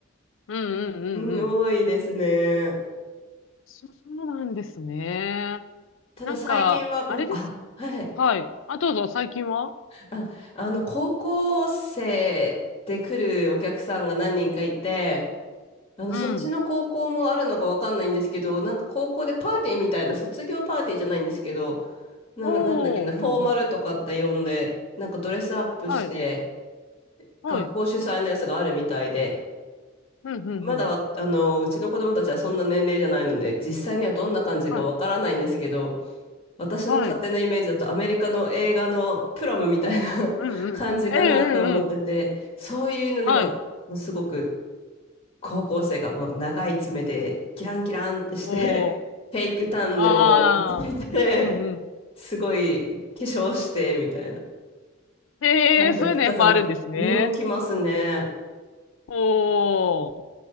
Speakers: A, on the left (about 70°); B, on the left (about 30°).
A: うんうんうんうん。
B: うん、多いですね。
A: そうなんですね。
B: ただ最近は、
A: なんか、あれです。
B: うん、あ、はいはい。
A: はい。あ、どうぞ、最近は
B: あ、あの、高校生で来るお客さんが何人かいて、あの、
A: うん。
B: そっちの高校もあるのかわかんないんですけど、なんか高校でパーティーみたいな、卒業パーティーじゃないんですけど、な、
A: おー、
B: なんだっけな、フォーマルとかって呼んで、
A: ふんふん。
B: なんかドレスアップして、
A: はい。はい。
B: 学校主催のやつがあるみたいで、
A: ふんふんふん。
B: まだ、あの、うちの子供たちはそんな年齢じゃないので、実際にはどんな感じかわからないんですけど、
A: はい。
B: 私の勝手なイメージだとアメリカの映画のプロムみたいな
A: はい。うんうん。
B: <laughs> 感じかなと思ってて、
A: ええ、うんうん。
B: そういうのでは、
A: はい。
B: もうすごく高校生がもう長い爪でキランキランってして、
A: おー。
B: <laughs> フェイクタンをつけて、
A: あー。うんうん。
B: すごい化粧してみたいな。
A: へえ、
B: 半月飾って、
A: そういうのやっぱあるんですね。
B: うん、来ますね。
A: おー。